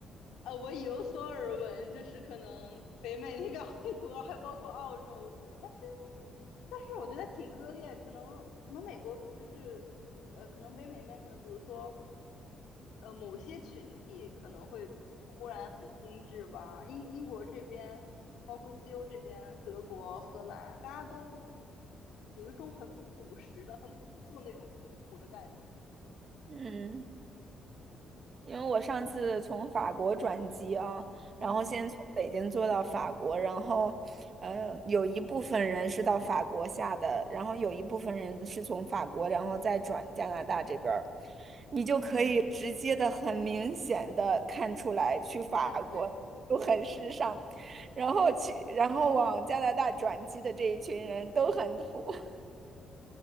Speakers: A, on the left; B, on the right.
A: 呃，我有所耳闻，就是可能北美那边会多，还包括澳洲什么，但是但是我觉得挺割裂，可能可能美国就是嗯呃，可能北美那边可能比如说呃某些群体可能会忽然很精致吧，英英国这边，包括西欧这边，德国、荷兰，大家都有一种很朴实的、很朴素的那种土土的感觉，
B: 嗯。因为我上次从法国转机啊，
A: 嗯
B: 然后先从北京坐到法国，然后，呃，有一部分人是到法国下的，然后有一部分人是从法国，然后再转加拿大这边儿，
A: 嗯，
B: 你就可以直接的、很明显的看出来，去法国都很时尚，
A: 那确实。
B: 然后去，然后往加拿大转机的这一群人都很土。<laughs>